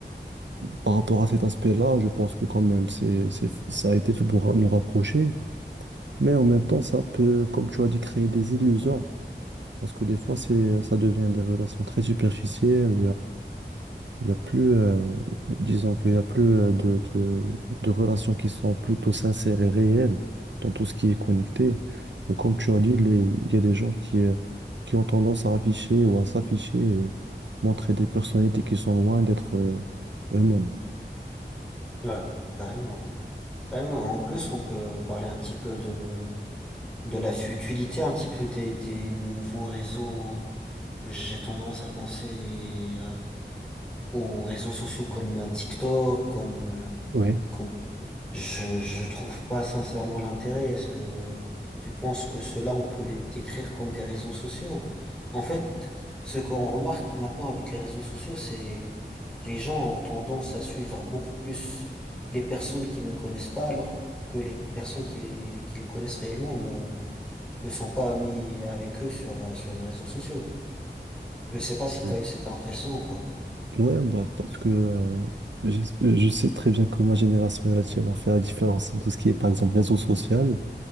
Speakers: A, on the right; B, in the centre.
A: par rapport à cet aspect-là, je pense que quand même, c'est, c'est, ça a été fait pour nous rapprocher. Mais en même temps, ça peut, comme tu as dit, créer des illusions. Parce que des fois, c'est, ça devient des relations très superficielles. Il y a plus, euh, disons qu'il y a plus euh, de, de, de relations qui sont plutôt sincères et réelles dans tout ce qui est connecté. Et comme tu as dit, les- il y a des gens qui, euh, qui ont tendance à afficher ou à s'afficher et montrer des personnalités qui sont loin d'être euh, eux-mêmes.
B: Ouais. Carrément. Carrément. En plus, on peut parler un petit peu de, de la futilité, un petit peu des, des nouveaux réseaux. J'ai tendance à penser euh, aux réseaux sociaux comme euh, TikTok, comme, euh,
A: oui
B: comme Je, je trouve pas sincèrement l'intérêt. Est-ce que tu penses que ceux-là, on peut les décrire comme des réseaux sociaux? En fait, ce qu'on remarque maintenant avec les réseaux sociaux, c'est les gens ont tendance à suivre beaucoup plus les personnes qu'ils ne connaissent pas, alors que les personnes qui les, qui les connaissent réellement ne, ne sont pas amis avec eux sur, euh, sur les réseaux sociaux. Je sais pas si tu
A: Euh,
B: as eu cette impression ou pas.
A: Ouais, bah, parce que euh, je, je sais très bien que ma génération et la tienne ont fait la différence dans tout ce qui est, par exemple, réseau social,